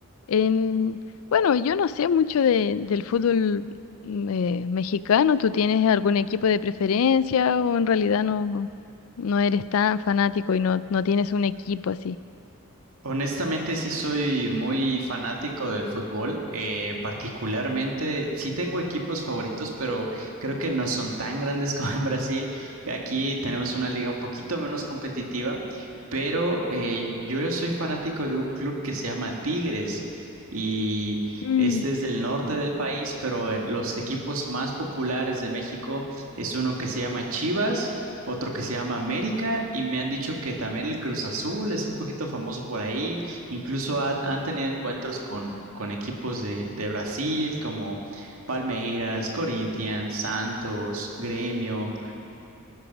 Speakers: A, on the left; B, on the right.
A: En, bueno, yo no sé mucho de, del fútbol mm, eh, mexicano. ¿Tú tienes algún equipo de preferencia o en realidad no, no eres tan fanático y no, no tienes un equipo así?
B: Honestamente, sí soy muy fanático del fútbol. eh, particularmente, sí tengo equipos favoritos, pero creo que no son tan grandes <laughs> como en Brasil. Aquí tenemos una liga un poquito menos competitiva, pero eh, yo soy fanático de un club que se llama Tigres. Y
A: Mm.
B: este es del norte del país, pero en los equipos más populares de México es uno que se llama Chivas otro que se llama América y me han dicho que también el Cruz Azul es un poquito famoso por ahí, incluso ha- han tenido encuentros con, con equipos de, de Brasil como Palmeiras, Corinthians, Santos, Gremio.